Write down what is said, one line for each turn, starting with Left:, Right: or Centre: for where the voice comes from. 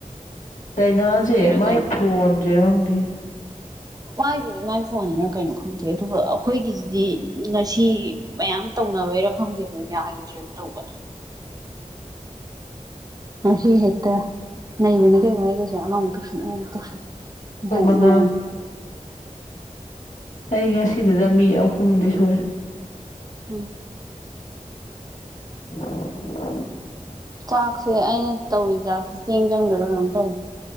Left: ꯗꯥꯏꯅꯥꯁꯦ ꯃꯥꯏ
Right: ꯀꯩꯅꯣ
Left: ꯐꯣꯟꯁꯦꯔꯪꯗꯦ
Right: ꯃꯥꯏꯗꯨꯗꯤ ꯃꯥꯏ ꯐꯣꯟꯗꯅ ꯀꯩꯅꯣ ꯈꯪꯗꯦ ꯑꯗꯨꯒ ꯑꯩꯈꯣꯏꯒꯤꯁꯤꯗꯤ ꯉꯁꯤ ꯃꯌꯥꯝ ꯇꯧꯅ ꯕꯩꯔꯛꯐꯝꯗꯦꯕ ꯌꯥꯈꯤꯗ꯭ꯔꯦꯕ ꯇꯧꯕ ꯉꯁꯤ ꯍꯦꯠꯇ ꯅ ꯃꯅꯤꯡꯗꯅꯨꯡ ꯃꯨ ꯇꯨꯁ ꯃ ꯇꯨꯁꯟ
Left: ꯑꯩꯈꯣꯏ ꯃꯉꯥ
Right: ꯏꯃꯅꯦ
Left: ꯑꯩ ꯉꯁꯤꯗꯨꯗ ꯃꯤ ꯑꯍꯨꯝꯗꯤ ꯁꯨꯔꯦ
Right: ꯎꯝ
Left: <inaudible>
Right: ꯆꯥꯛꯁꯦ ꯑꯩꯅ ꯇꯧꯔꯤ ꯆꯥꯛꯁꯦ ꯆꯦꯡ ꯆꯪꯗꯔꯥ ꯀꯩꯅꯣꯝ ꯇꯧꯔꯤ